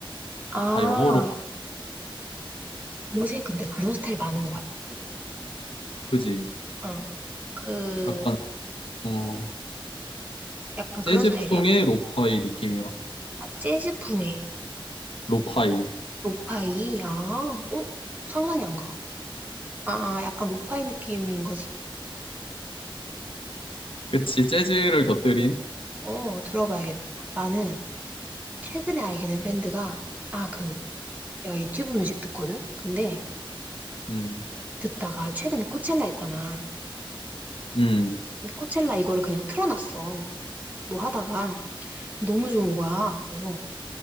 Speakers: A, on the right; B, on the left.
A: 아,
B: 다 영어로.
A: 요새 근데 그런 스타일 많은 것 같아. 그치?
B: 그지?
A: 응. 그,
B: 약간, 어,
A: 약간
B: 재즈풍의
A: 그런 스타일이야?
B: 로파이 느낌이야.
A: 아, 재즈풍의
B: 로파이.
A: 로파이? 아, 어? 상상이 안 가. 아, 아, 약간 로파이 느낌인 거지.
B: 그치, 재즈를 곁들인
A: 어, 들어봐야겠다. 나는 최근에 알게 된 밴드가, 아, 그, 내가 유튜브 뮤직 듣거든? 근데
B: 음,
A: 듣다가 최근에 코첼라 있잖아.
B: 음,
A: 근데 코첼라 이거를 그냥 틀어놨어. 뭐 하다가 너무 좋은 거야. 그래서